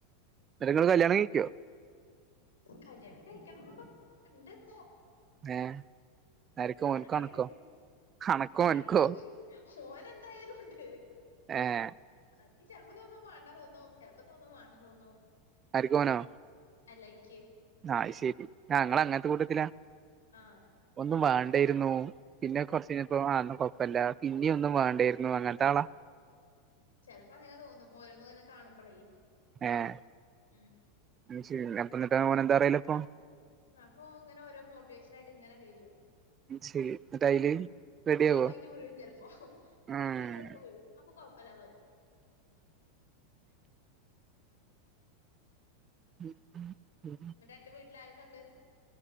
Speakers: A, on the right; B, on the left.
A: ന്നട്ട് ഇങ്ങള് കല്യാണം കഴിക്കോ
B: കല്യാണം കഴിക്കണന്നൊക്കെ ഇണ്ട് ഇപ്പോ
A: ഏഹ് ആര്ക്ക്
B: കല്യാണം
A: ഓൻക്കോ
B: കഴിക്കുന്ന
A: അണക്കോ അണക്കോ
B: രണ്ട്
A: ഓൻക്കോ
B: മോന എന്തായാലും ഉണ്ട് <unintelligible>
A: ഏഹ്
B: ഇക്ക് ചെലപ്പ തോന്നും വണ്ടാ തോന്നും ചെലപ്പോ തോന്നും വാണം തോന്നും
A: ആര്ക്ക് ഓനൊ
B: അല്ല ഇക്ക്
A: ആ ശെരി ഞങ്ങളങ്ങൻത്തെ കൂട്ടത്തിലാ
B: ആ
A: ഒന്നും വാണ്ടെര്ന്നു. പിന്നെ കൊർച്ചഴിഞ്ഞപ്പൊ ആന്നും കൊഴപ്പല്ല പിന്നിം ഒന്നും വാണ്ടെര്ന്നു അങ്ങൻത്തെ ആളാ
B: ചെൽപ്പോ അങ്ങനെ തോന്നും ഓരോന്നുംങ്ങനെ കാണുമ്പളേ
A: ഏഹ്
B: ഉം.
A: അയ് ശെരി അപ്പം ന്നട്ട് ഓന് എന്താ പറയല് ഇപ്പൊ
B: ആപ്പൊ ഇങ്ങനോരോ മോട്ടിവേഷനായിട്ട്, ങ്ങനെ വരും.
A: ശരി എന്നിട്ട് അയില്
B: അഹാ.
A: റെഡിയാവോ
B: അപ്പയിന് വീഴും ചെൽപ്പോഅപ്പയ്ന്
A: ആഹ്
B: ചെൽപ്പോ വിഴും. അപ്പൊ, കൊഴപ്പല്ലാതു.
A: ഉം ഉം
B: ന്നട്ട് എന്റെ വീട്ടിലാരൊക്കെ ഇണ്ട്